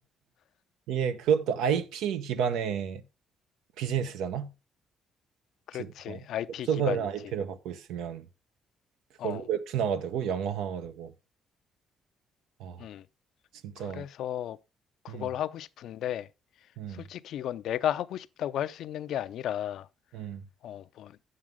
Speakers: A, on the right (about 85°); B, on the left (about 75°).
A: 이게 그것도 IP 기반의 비즈니스잖아.
B: 그렇지.
A: 그래서 뭔가
B: IP
A: 웹소설이랑
B: 기반이지.
A: IP를 갖고 있으면 그걸로
B: 어,
A: 웹툰화가 되고 영화화가 되고. 아
B: 음.
A: 진짜.
B: 그래서 그걸
A: 음,
B: 하고 싶은데,
A: 음,
B: 솔직히 이건 내가 하고 싶다고 할 수 있는 게 아니라,
A: 음,
B: 어, 뭐,